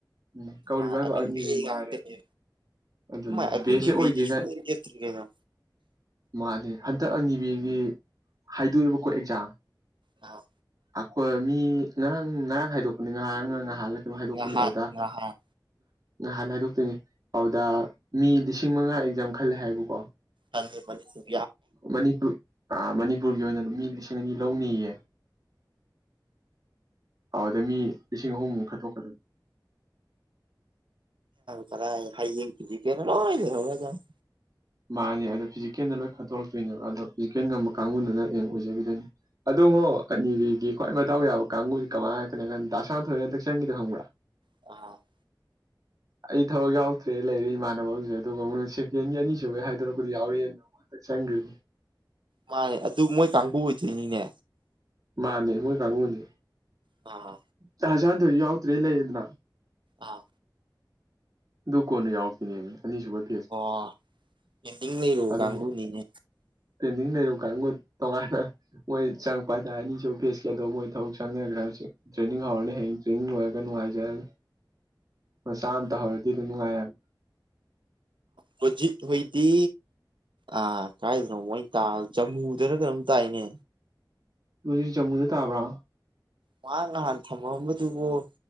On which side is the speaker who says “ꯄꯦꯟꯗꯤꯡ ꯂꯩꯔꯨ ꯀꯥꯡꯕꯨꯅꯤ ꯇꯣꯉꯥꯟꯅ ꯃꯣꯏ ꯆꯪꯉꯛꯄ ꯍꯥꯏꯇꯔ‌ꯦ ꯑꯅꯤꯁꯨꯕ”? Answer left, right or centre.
Right